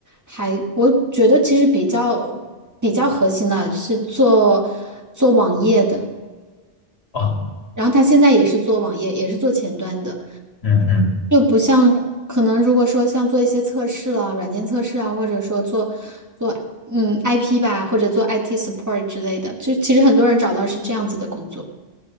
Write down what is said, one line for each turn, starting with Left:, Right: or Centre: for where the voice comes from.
Right: 还，我觉得其实比较比较核心的是做做网页的。
Left: 啊，
Right: 然后他现在也是做网页，也是做前端的，
Left: 嗯嗯
Right: 就不像可能如果说像做一些测试了，软件测试啊，或者说做做嗯 IP 吧，或者做 IT support 之类的，就其实很多人找到是这样子的工作。